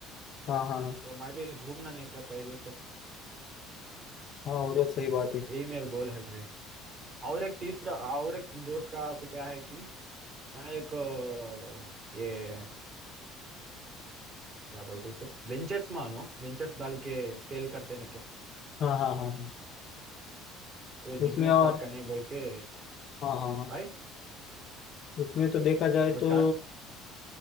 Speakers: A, on the left; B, on the right.
A: हाँ हाँ हाँ
B: तो मैं भी घूमना नहीं क्या पहले से
A: हाँ वो तो सही बात है
B: यही मेरा गोल है भाई और एक तीसरा और एक दूसरा आपको क्या है कि मैं एक अ, ये क्या बोलते हैं इसे वेंचर्स मानो वेंचर्स डाल के सेल करते हैं क्या
A: हाँ हाँ हाँ हाँ
B: वो
A: उसमें
B: बिजनेस
A: और
B: स्टार्ट करने बोल के
A: हाँ हाँ हाँ
B: भाई
A: उसमें तो देखा जाए
B: वो स्टार्ट
A: तो